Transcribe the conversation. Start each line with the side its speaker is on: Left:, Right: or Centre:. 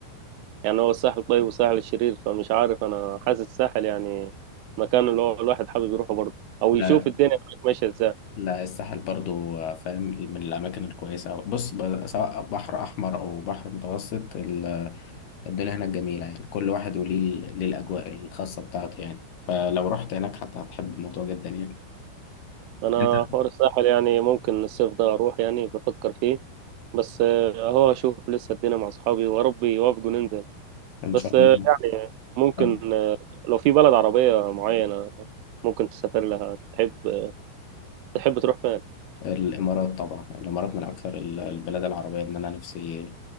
Right: يعني هو الساحل الطيب والساحل الشرير فمش عارف أنا حاسس الساحل يعني مكان اللي هو الواحد حابب يروحه برضه أو
Left: لا
Right: يشوف الدنيا هناك ماشية ازاي
Left: لا الساحل برضو آه، فاهم من الأماكن الكويسة أوي بص ب- سواء بحر أحمر أو بحر متوسط ال- الدنيا هناك جميلة يعني كل واحد وليه ال- ليه الأجواء الخاصة بتاعته يعني فلو رحت هناك حتى هتحب الموضوع جدا يعني
Right: أنا
Left: أنت
Right: حوار الساحل يعني ممكن الصيف ده أروح يعني بفكر فيه بس آه، اهو اشوف لسه الدنيا مع اصحابي وربي يوافقوا ننزل
Left: إن
Right: بس
Left: شاء
Right: آه،
Left: الله
Right: يعني ممكن
Left: طب
Right: آه، لو في بلد عربية معينة ممكن تسافر لها تحب تحب تروح فين؟
Left: الإمارات طبعا الإمارات من أكثر ال- البلاد العربية إن أنا نفسي